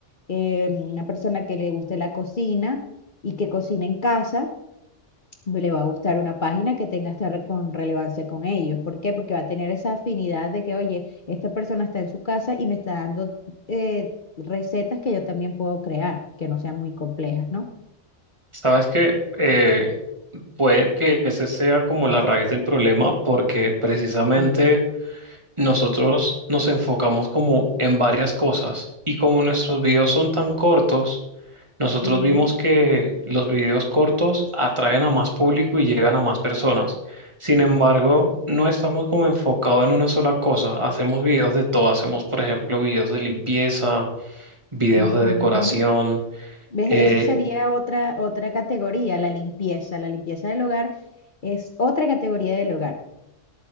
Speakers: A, on the left (about 45°); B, on the right (about 25°).
A: eh, una persona que le guste la cocina y que cocine en casa le va a gustar una página que tenga esta re- con relevancia con ellos. ¿Por qué? Porque va a tener esa afinidad de que, oye, esta persona está en su casa y me está dando eh, recetas que yo también puedo crear, que no sean muy complejas, ¿no?
B: sabes que eh, puede que ese sea como la raíz del problema porque precisamente...
A: Mm.
B: nosotros nos enfocamos como en varias cosas y como nuestros videos son tan cortos, nosotros
A: Mm,
B: vimos que los videos cortos atraen a más público y llegan a más personas. Sin embargo, no estamos como enfocados en una sola cosa. Hacemos videos de todo. Hacemos, por ejemplo, videos de limpieza, videos
A: ujú.
B: de decoración.
A: ¿Ves?
B: eh,
A: Eso sería otra, otra categoría, la limpieza. La limpieza del hogar es otra categoría del hogar.